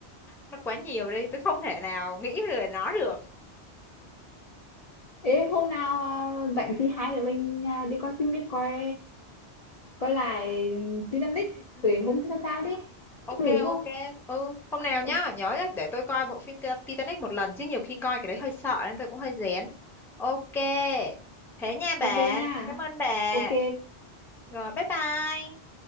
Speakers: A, in the centre; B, on the left.
A: nó quá nhiều đi tôi không thể nào nghĩ về nó được
B: Ê hôm nào à, rảnh thì hai đứa mình à, đi coi phim đi coi Coi lại Titanic
A: ừ, ừ,
B: về
A: ừ.
B: hôm thứ sáu đấy.
A: ok
B: Cũng được đúng
A: ok
B: không?
A: ừ hôm nào nhá
B: O-
A: nhớ nhá, để tôi coi bộ phim Ti- Titanic một lần chứ nhiều khi coi cái đấy hơi sợ nên tôi cũng hơi rén ok thế nha bà
B: ok nha.
A: cảm ơn bà
B: Ok.
A: rồi bye bye